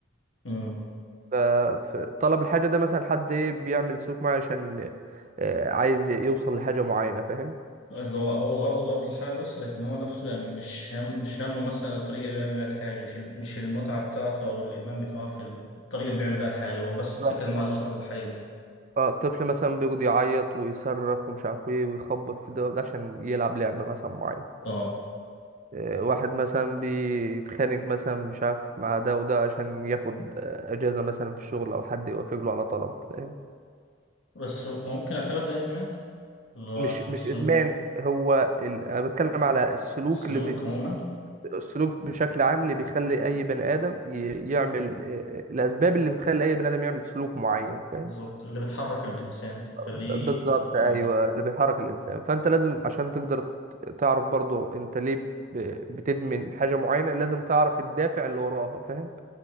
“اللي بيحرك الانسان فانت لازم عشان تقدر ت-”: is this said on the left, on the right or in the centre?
Right